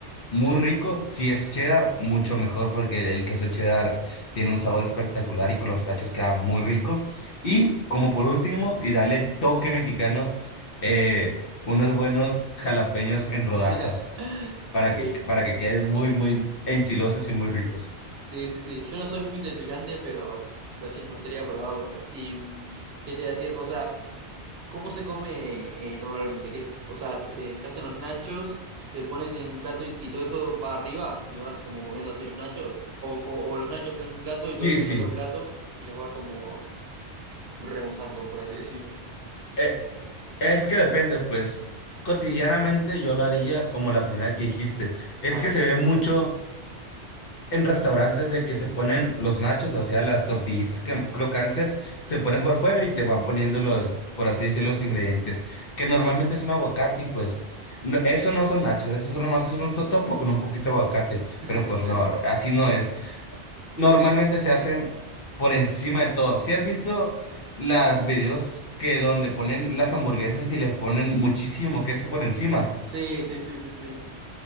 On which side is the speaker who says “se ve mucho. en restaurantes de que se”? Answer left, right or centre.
Left